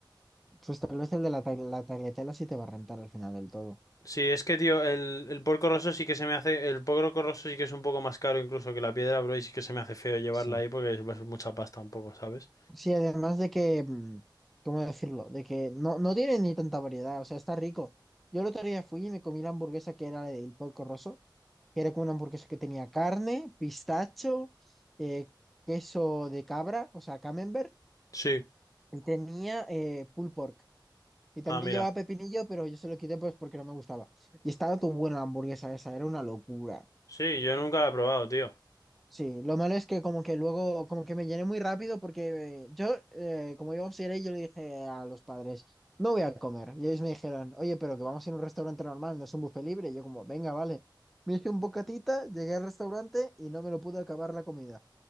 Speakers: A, in the centre; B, on the left.
A: Pues tal vez el de la, ta- la tagliatella sí te va a rentar al final del todo.
B: sí, es que, tío, el, el porco rosso sí que se me hace. El porco rosso sí que es un poco más caro incluso que la piedra, bro. Y sí que se me hace feo llevarla
A: Sí.
B: ahí porque es es mucha pasta un poco, ¿sabes?
A: Sí, además de que, mm, ¿cómo decirlo? De que no, no tiene ni tanta variedad, o sea, está rico. Yo el otro día fui y me comí la hamburguesa que era el Porco Rosso, que era como una hamburguesa que tenía carne, pistacho, eh, queso de cabra, o sea, camembert,
B: Sí.
A: y tenía eh, pulled pork. Y también
B: Ah, mira.
A: llevaba pepinillo, pero yo se lo quité pues porque no me gustaba. Y estaba tan buena la hamburguesa esa, era una locura.
B: Sí, yo nunca la he probado, tío.
A: Sí, lo malo es que como que luego, como que me llené muy rápido porque eh, yo, eh, como iba a ir yo le dije a los padres, no voy a comer. Y ellos me dijeron, oye, pero que vamos a ir a un restaurante normal, no es un buffet libre. Y yo como, venga, vale. Me hice un bocatita, llegué al restaurante y no me lo pude acabar la comida.